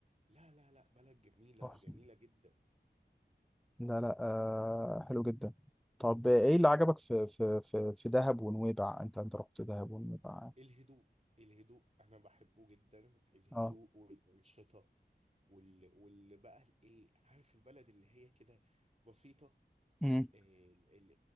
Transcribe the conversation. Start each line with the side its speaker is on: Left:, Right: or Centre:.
Right: لا لا لا بلد جميلة
Centre: تحفه
Right: جميلة جدا
Centre: لا لا آه حلو جدا طب ايه اللي عجبك في في في في دهب ونويبع انت انت رحت دهب ونويبع يعني.
Right: الهدوء الهدوء أنا بحبه جدا الهدوء
Centre: اه
Right: والأنشطة وال... واللي بقى الإيه عارف البلد اللي هي كده بسيطة
Centre: امم
Right: ال... ال...